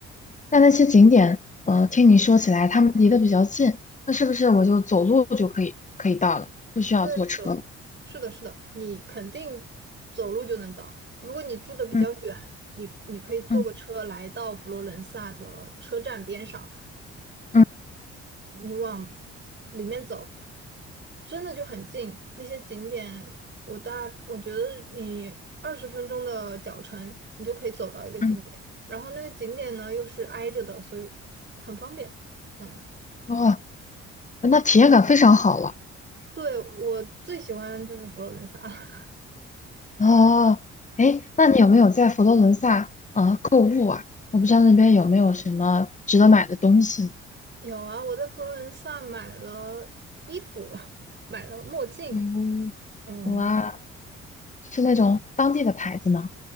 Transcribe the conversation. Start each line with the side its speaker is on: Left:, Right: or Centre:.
Left: 那那些景点，呃，听你说起来，他们离得比较近，那是不是我就走路就可以可以到了，不需要坐车了？
Right: 对的，是的，是的，你肯定走路就能到。如果你住的比较远，
Left: 嗯
Right: 你你可以坐个车来到佛罗伦萨的车站边上，
Left: 嗯嗯
Right: 你往里面走，真的就很近。那些景点，我大我觉得你二十分钟的脚程，你就可以走到一个景点。
Left: 嗯，
Right: 然后那个景点呢又是挨着的，所以很方便。嗯，
Left: 哦，那体验感非常好了。
Right: 对，我最喜欢就是佛罗伦萨了。
Left: 哦，哎，那你有没有在佛罗伦萨呃购物啊？我不知道那边有没有什么值得买的东西呢？
Right: 有啊，我在佛罗伦萨买了衣服，<laughs> 买了墨镜，
Left: 嗯
Right: 嗯，
Left: 哇，是那种当地的牌子吗？